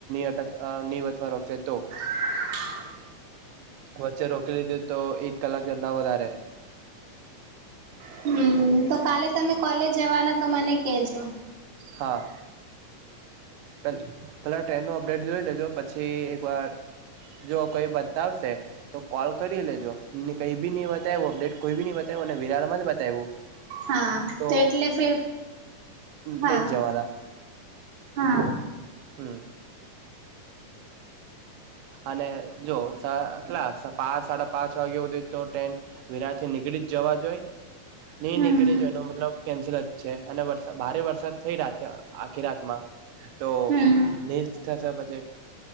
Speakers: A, on the right; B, on the right.
A: અટક ની વચમાં રોકશે તો
B: <inaudible>
A: વચ્ચે રોકી લીધી તો એક કલાક જ વધારે
B: હમ તો કાલે તમે કોલેજ જવાના તો મને કહેજો
A: હા પ પહેલા ટ્રેનનો અપડેટ જોઈ લેજો પછી એકવાર જો કોઈ બતાવશે તો કોલ કરી લેજો કઈ બી નઈ બતાવું અપડેટ કોઈ બી નઈ બવ્યું અને વિરાળમાં જ બતાવું
B: હા
A: તો
B: એટલે ફિર હા
A: નહી જવાલા
B: હા
A: હમ અને જો કટલા પાંચ સાડા પાંચ વાગેવું જોઈ તો ટ્રેન વિરાજ થી નીકળી જ જવા જોઈએ નહી
B: હમ
A: નીકળીયું તો એનો મતલબ કેન્સલ જ છે અને વર ભારે વરસાદ થઈ રહ્યા છે. આખી રાતમાં તો
B: હમ
A: જ થશે પછી